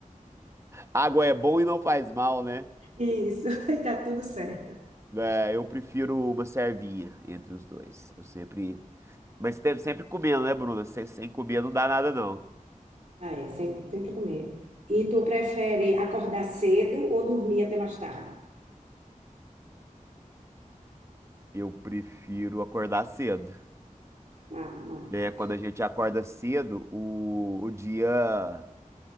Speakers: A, on the right (about 20°); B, on the right (about 60°).
A: Água é bom e não faz mal, né?
B: Isso, <laughs> e tá tudo certo.
A: É, eu prefiro uma servinha entre os dois. Eu sempre. Mas teve sempre comendo, né, Bruna? Sem, sem comer não dá nada, não.
B: Ah, é, sempre, sempre comer. E tu prefere acordar cedo ou dormir até mais tarde?
A: Eu prefiro acordar cedo.
B: Ah, massa.
A: Né? Quando a gente acorda cedo, o, o dia.